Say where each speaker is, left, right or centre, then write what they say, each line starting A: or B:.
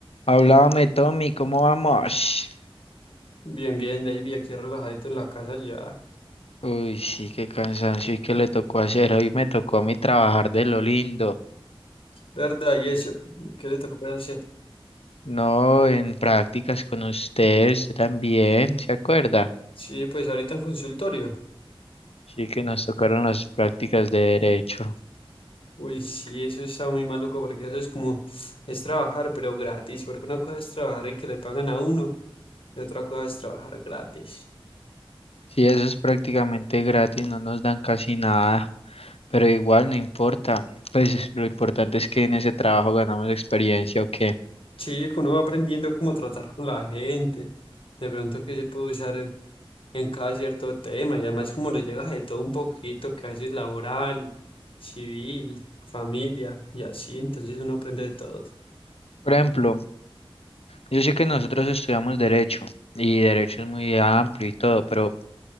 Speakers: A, on the left; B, on the left.
A: Hablábame, Tommy, ¿cómo vamos?
B: Bien, bien, David, aquí relajadito en la casa ya.
A: Uy, sí, qué cansancio y qué le tocó hacer. Hoy me tocó a mí trabajar de lo lindo.
B: ¿Verdad? ¿Y eso? ¿Qué le tocó para hacer?
A: No, en prácticas con usted, usted también, ¿se acuerda?
B: Sí, pues ahorita en consultorio.
A: Sí, que nos tocaron las prácticas de derecho.
B: Uy, sí, eso está muy maluco porque eso es como, es trabajar, pero gratis, porque una cosa es trabajar y que le pagan a uno, y otra cosa es trabajar gratis.
A: Sí, eso es prácticamente gratis, no nos dan casi nada, pero igual no importa. Pues lo importante es que en ese trabajo ganamos experiencia o qué.
B: Sí, que uno va aprendiendo cómo tratar con la gente, de pronto que se puede usar en en cada cierto tema, y además como le llegas de todo un poquito, que a veces laboral, civil, familia, y así, entonces uno aprende de todo.
A: Por ejemplo, yo sé que nosotros estudiamos derecho y derecho es muy amplio y todo, pero